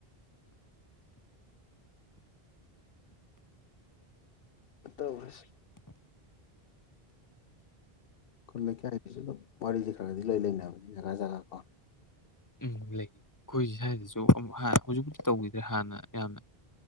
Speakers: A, on the left (about 65°); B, on the left (about 20°).
A: ꯇꯁ ꯈꯨꯜ ꯂꯩꯀꯌꯥꯒꯤꯁꯨ ꯑꯗꯨꯝ ꯋꯥꯔꯤꯁꯦ ꯈꯔꯒꯗꯤ ꯂꯣꯏ ꯂꯩꯅꯕꯅꯤ ꯖꯒꯥ ꯖꯒꯥ ꯀꯣ
B: ꯎꯝ ꯂꯩ ꯑꯩꯈꯣꯏ ꯁ꯭ꯋꯥꯏꯗꯁꯨ ꯑꯃꯨꯛ ꯍꯧꯖꯤꯛꯄꯥꯎꯗꯤ ꯇꯧꯈꯤꯗ꯭ꯔꯦ ꯍꯥꯟꯅ ꯌꯥꯝꯅ